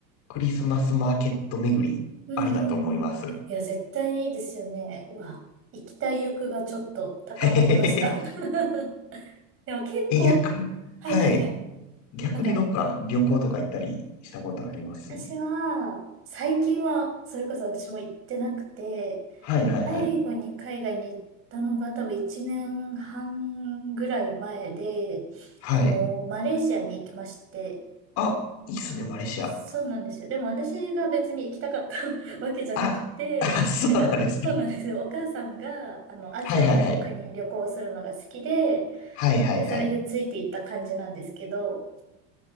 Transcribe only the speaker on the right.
うんうんうん。
いや、絶対いいですよね。うわ、行きたい欲がちょっと高まりました。
<laughs> でも結構、
はいはいはい。
なんか、うん私は、最近は、それこそ私も行ってなくて、
最後に海外に行ったのが多分1年半ぐらい前で、
あの、マレーシアに行きまして、
そうなんですよ。でも私が別に行きたかった <laughs> わけじゃなくて、
なんか、そうなんですよ。お母さんが、あの、アジアの国旅行するのが好きで、
で、それでついていった感じなんですけど、